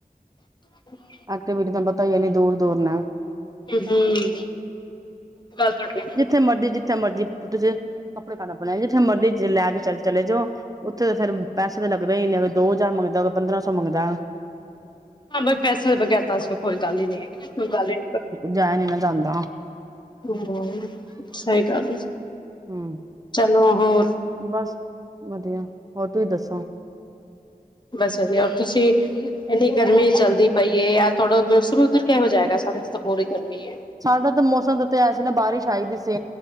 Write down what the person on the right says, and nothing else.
ਐਕਟੀਵਿਟੀ ਤੈਨੂੰ ਪਤਾ ਈ ਐ ਐਨੀ ਦੂਰ-ਦੂਰ ਨੇ।
ਜਿੱਥੇ ਮਰਜ਼ੀ-ਜਿੱਥੇ ਮਰਜ਼ੀ ਤੁਸੀਂ ਕੱਪੜੇ ਪਾਣਾ ਪੈਣੇ, ਜਿੱਥੇ ਮਰਜ਼ੀ ਲੈ ਕੇ ਚ ਚਲੇ ਜਾਓ। ਉੱਥੇ ਤਾਂ ਫੇਰ ਪੈਸੇ ਤਾਂ ਲੱਗਦਾ ਹੀ ਨੇ, ਦੋ ਹਜ਼ਾਰ ਮੰਗਦਾ, ਪੰਦਰਾਂ ਸੌ ਮੰਗਦਾ।
ਜਇਆ ਨੀ ਨਾ ਜਾਂਦਾ।
ਹੂੰ।
ਬਸ ਵਧੀਆ, ਹੋਰ ਤੁਸੀਂ ਦੱਸੋ।
ਸਾਡਾ ਤਾਂ ਮੌਸਮ ਤੇ ਤਾਂ ਹੈ ਸੀ ਨਾ ਬਾਰਿਸ਼ ਆਈ ਦੀ ਸੀ,